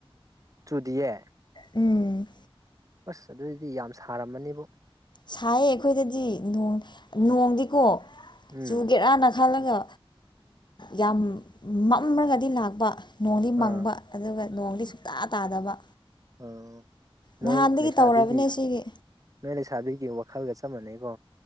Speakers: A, on the right; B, on the left.
A: ꯆꯨꯗꯤꯌꯦ
B: ꯎꯝ
A: ꯑꯕꯁ ꯑꯗꯨꯗꯤ ꯌꯥꯝ ꯁꯥꯔꯝꯃꯅꯤꯕꯨ
B: ꯁꯥꯏꯌꯦ ꯑꯩꯈꯣꯏꯗꯗꯤ ꯅꯣꯡꯗꯤꯀꯣ
A: ꯎꯝ
B: ꯆꯨꯒꯦꯔꯥꯅ ꯈꯜꯂꯒ ꯌꯥꯝ ꯃꯝꯃꯒꯗꯤ ꯂꯥꯛꯄ ꯅꯣꯡꯗꯤ
A: ꯑꯥ
B: ꯃꯪꯕ ꯑꯗꯨꯒ ꯅꯣꯡꯗꯤ ꯁꯨꯇꯥ ꯇꯥꯗꯕ
A: ꯑꯣ ꯅꯣꯏ
B: ꯅꯍꯥꯟꯗꯒꯤ
A: ꯂꯩꯁꯥꯕꯤꯒꯤ
B: ꯇꯧꯔꯕꯅꯦ ꯁꯤꯒꯤ
A: ꯅꯣꯏ ꯂꯩꯁꯥꯕꯤꯒꯤ ꯋꯥꯈꯜꯒ ꯆꯞ ꯃꯥꯟꯅꯩꯀꯣ